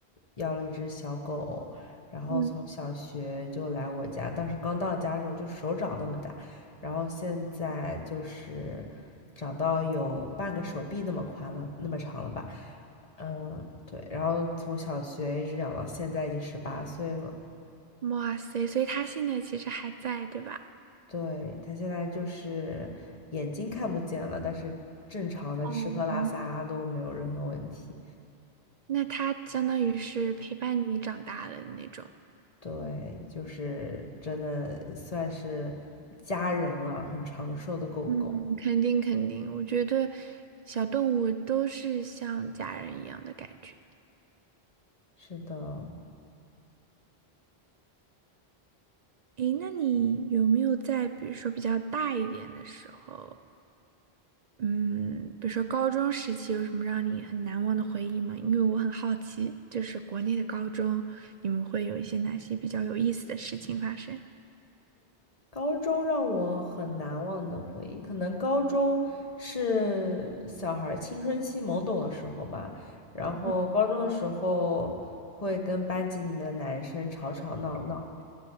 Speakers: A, on the left; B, on the right.
A: 要了一只小狗，然后从小学就来我家。
B: 嗯，
A: 当时刚到家的时候就手掌那么大，然后现在就是长到有半个手臂那么宽了，那么长了吧？嗯，对。然后从小学一直养到现在，已经十八岁了。
B: 哇塞，所以它现在其实还在，对吧？
A: 对，他现在就是眼睛看不见了，但是正常的吃喝拉撒都没有任何问题。
B: 哦，那它相当于是陪伴你长大了的那种。
A: 对，就是真的算是家人了，很长寿的狗狗。
B: 嗯，肯定肯定，我觉得小动物都是像家人一样的感觉。
A: 是的，
B: 诶，那你有没有在比如说比较大一点的时候？嗯，比如说高中时期有什么让你很难忘的回忆吗？因为我很好奇，就是国内的高中，你们会有一些哪些比较有意思的事情发生？
A: 高中让我很难忘的回忆，可能高中是小孩儿青春期懵懂的时候吧。然后高中的时候会跟班级里面的男生吵吵闹闹。
B: <laughs> 嗯